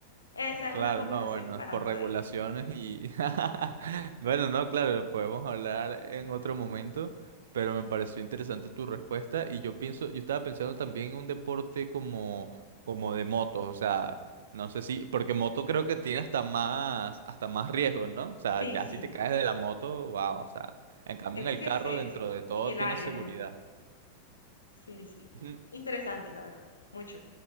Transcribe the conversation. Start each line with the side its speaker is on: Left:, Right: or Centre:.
Left: esa
Right: Claro,
Left: es una conversación
Right: no, bueno,
Left: para
Right: por
Left: otro
Right: regulaciones
Left: día.
Right: y... <laughs> Bueno, no, claro, lo podemos hablar en otro momento, pero me pareció interesante tu respuesta y yo pienso, yo estaba pensando también en un deporte como, como de motos, o sea, no sé si, porque moto creo que tiene hasta más, hasta más riesgos, ¿no? O sea,
Left: Sí,
Right: ya
Left: sí,
Right: si te caes de la moto, wow, o sea, en cambio
Left: eso
Right: en el
Left: que
Right: carro
Left: se
Right: dentro
Left: es
Right: de todo
Left: en el
Right: tiene
Left: aire,
Right: seguridad.
Left: ¿no? Sí, sí.
Right: <laughs>
Left: Interesante, la verdad. Mucho.